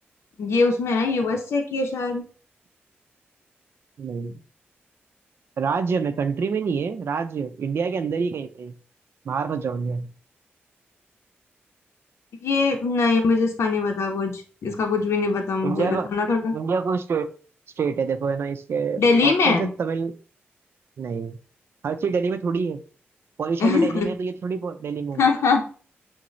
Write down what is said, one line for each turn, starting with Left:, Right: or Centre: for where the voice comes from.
Left: ये उसमें है ना यूएसए की है शायद
Right: नहीं राज्य में कंट्री में नहीं है राज्य इंडिया के अंदर ही कहीं पे है। बाहर मत जाओ इंडिया से
Left: ये नहीं मुझे इसका नहीं पता कुछ इसका कुछ भी नहीं पता मुझे
Right: इंडिया का
Left: बताना थोड़ा
Right: इंडिया को स्टेट स्टेट है देखो है ना इसके
Left: दिल्ली
Right: ऑप्शन
Left: में
Right: है तमिल नहीं हर चीज दिल्ली में थोड़ी है पॉल्यूशन
Left: <laughs>
Right: भी दिल्ली में है तो ये थोड़ी पो- दिल्ली में होगा
Left: हम्म,